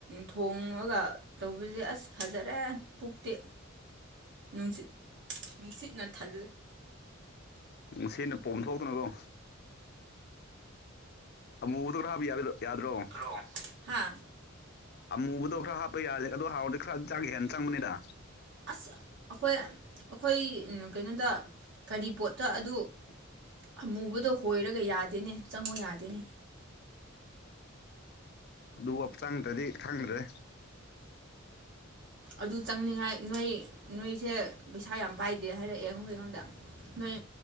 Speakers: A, on the right; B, on the left.
A: ꯊꯣꯡꯉꯒ ꯇꯧꯕꯁꯦ ꯑꯁ ꯐꯖꯔꯦ ꯄꯨꯛꯇꯤ ꯅꯨꯡꯁꯤꯠ ꯅꯨꯡꯁꯤꯠꯅ ꯊꯜꯂꯦ
B: ꯅꯨꯡꯁꯤꯠꯅ ꯄꯣꯝꯊꯣꯛꯇꯅꯀꯣ ꯑꯃꯨꯕꯗꯣ ꯉꯕ ꯌꯥ ꯌꯥꯗ꯭ꯔꯣ
A: ꯭ꯔꯣ ꯍꯥ
B: ꯑꯃꯨꯕꯗꯣ ꯈꯔ ꯍꯥꯞꯄ ꯌꯥꯔꯦ ꯑꯗꯣ ꯍꯥꯎꯔꯗꯤ ꯈꯔꯗꯤ ꯆꯥꯛꯒ ꯍꯦꯟꯅ ꯆꯪꯕꯅꯤꯗ
A: ꯑꯁ ꯑꯩꯈꯣꯏ ꯑꯩꯈꯣꯏ ꯀꯩꯅꯣꯗ ꯀꯔꯤ ꯄꯣꯠꯇ ꯑꯗꯨ ꯑꯃꯨꯕꯗꯣ ꯍꯣꯏꯔꯒ ꯌꯥꯗꯦꯅꯦ ꯆꯪꯉꯨ ꯌꯥꯗꯦꯅꯦ
B: ꯑꯗꯨ ꯐꯧ ꯆꯪꯗ꯭ꯔꯗꯤ ꯈꯪꯗ꯭ꯔꯦ
A: ꯑꯗꯨ ꯆꯪꯅꯤꯡꯉꯥꯏ ꯅꯣꯏ ꯅꯣꯏꯁꯦ ꯄꯩꯁꯥ ꯌꯥꯝ ꯄꯥꯏꯗꯦ ꯍꯥꯏꯔꯛꯑꯦ ꯑꯩꯈꯣꯏꯉꯣꯟꯗ ꯅꯣꯏ